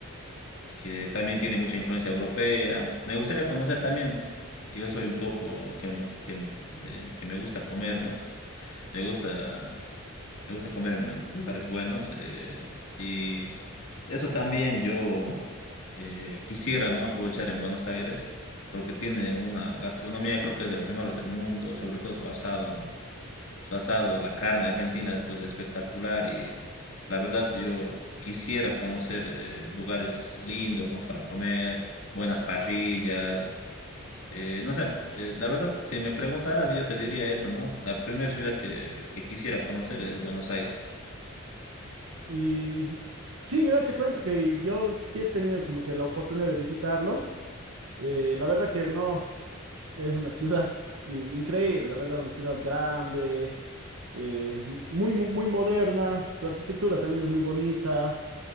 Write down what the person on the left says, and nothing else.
que también tiene mucha influencia europea. Me gustaría conocer también, yo soy un poco que, que, me eh, que me gusta comer, ¿no? <laughs> Me gusta me gusta comer en, en lugares buenos eh, y eso también yo eh, quisiera, ¿no? aprovechar en Buenos Aires porque tiene una gastronomía, creo que es de las mejores del mundo, sobre todo su asado, ¿no? Su asado, la carne argentina es pues espectacular y la verdad yo quisiera conocer eh, lugares lindos, ¿no? Para comer, buenas parrillas, eh, no sé, eh, la verdad, si me preguntaras yo te diría eso, ¿no? La primera ciudad que, que quisiera conocer es Buenos Aires.